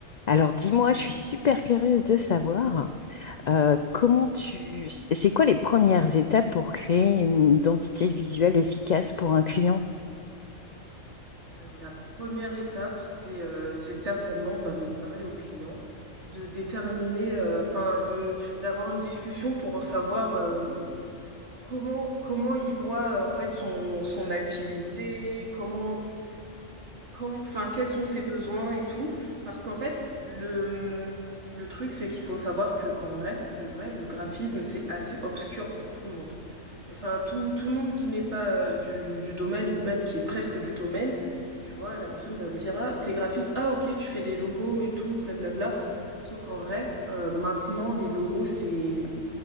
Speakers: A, on the left (about 60°); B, on the right (about 60°).
A: Alors dis-moi, je suis super curieuse de savoir euh, comment tu... C'est quoi les premières étapes pour créer une identité visuelle efficace pour un client?
B: Alors la première étape, c'est euh, c'est certainement bah, de parler au client, de déterminer, euh, enfin de d'avoir une discussion pour savoir euh, comment comment il voit euh, en fait son son activité, comment comment, enfin quels sont ses besoins et tout. Parce qu'en fait le le truc c'est qu'il faut savoir que en vrai de vrai le graphisme c'est assez obscur pour tout le monde. Enfin, tout, tout le monde qui n'est pas euh, du, du domaine ou même qui est presque du domaine, tu vois, la personne va me dire, ah, t'es graphiste, ah, ok, tu fais des logos et tout, blablabla. Sauf qu'en vrai, euh, maintenant, les logos, c'est...